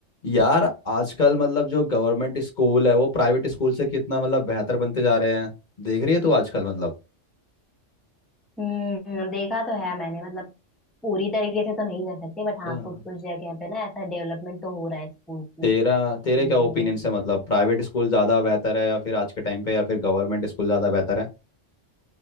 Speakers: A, on the left; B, in the centre.
A: यार आजकल मतलब जो गवर्नमेंट स्कूल है वो प्राइवेट स्कूल से कितना मतलब बेहतर बनते जा रहे हैं देख रही है तू आजकल मतलब
B: हम्म देखा तो है मैंने मतलब पूरी तरीके से तो नहीं कर सकते बट हाँ
A: हाँ।
B: कुछ कुछ जगह पे ना ऐसा डेवलपमेंट तो हो रहा है स्कूल्स में
A: तेरा
B: कि
A: तेरे क्या
B: वो
A: ओपिनियन है मतलब प्राइवेट स्कूल ज़्यादा बेहतर है या फिर आज के टाइम पे या फिर गवर्नमेंट स्कूल ज़्यादा बेहतर है